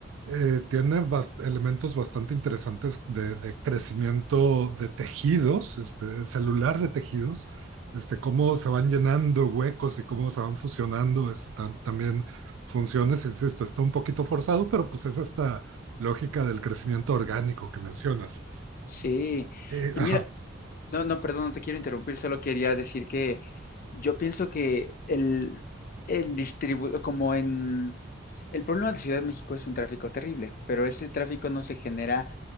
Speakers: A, on the right; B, on the left.
A: Eh, tiene bas- elementos bastante interesantes de, de crecimiento de tejidos, este, celular de tejidos, este, cómo se van llenando huecos y cómo se van fusionando este, tam- también funciones, insisto, está un poquito forzado, pero pues es esta lógica del crecimiento orgánico que mencionas.
B: Sí,
A: Eh,
B: y
A: ajá,
B: mira, no, no, perdón, no te quiero interrumpir, solo quería decir que yo pienso que el, el distribu- como en el problema de Ciudad de México es un tráfico terrible, pero ese tráfico no se genera